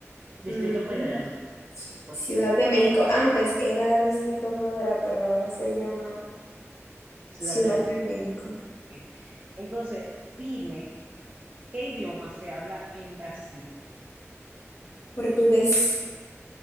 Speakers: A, on the right (about 40°); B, on the left (about 70°).
A: Distrito
B: Ujú.
A: Federal. Pues,
B: Ciudad de México. Antes era Distrito Federal, pero ahora se llama
A: Ciudad
B: Ciudad
A: de México.
B: de México.
A: Ok. Entonces, dime, ¿qué idioma se habla en Brasil?
B: Portugués.